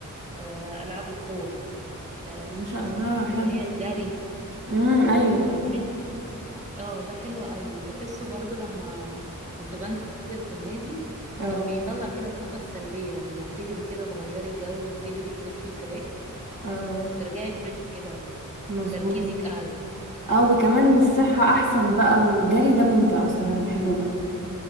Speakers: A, on the right; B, on the right.
A: آه العاب القوة آه
B: ما شاء الله حلو
A: اللي هي
B: <laughs>
A: الجري
B: امم ايوه
A: آه حل... اه ده حلو قوي بحسه برضو لما كنت بنزل في النادي
B: اه
A: كان بيطلع كده الطاقة السلبية يعني ما بتجري كده تغيري جو وتجري تلفي التراك
B: اه
A: بترجعي فريش كده
B: مظبوط
A: تركيزك اعلى
B: اه وكمان الصحة احسن بقى والجري ده ممتع اصلا انا بحبه برضه